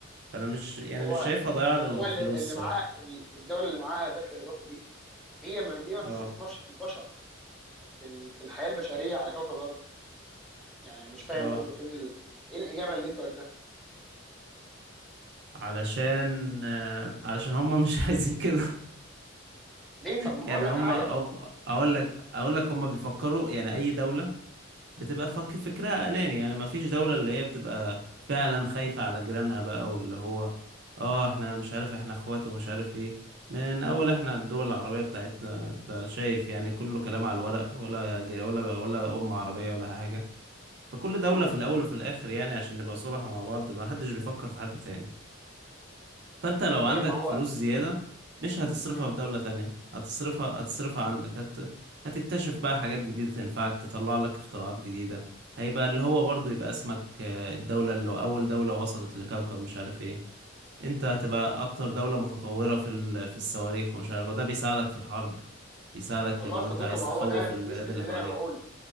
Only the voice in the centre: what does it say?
هو
هو اللي اللي
معاه الدوله اللي معاها دخل اضافي دي هي ما ليه ما
تستثمرش في البشر في ال- في الحياه البشريه على كوكب الارض يعني مش فاهم
برضو فين ال... ايه الاجابه اللي انت قلتها
ليه طب ما
هقول لك
حاجه
طب
مم.
طيب
ما هو
مم.
والله
يا صديقي
ما
هو ده
يثبت
اللي
انا بقوله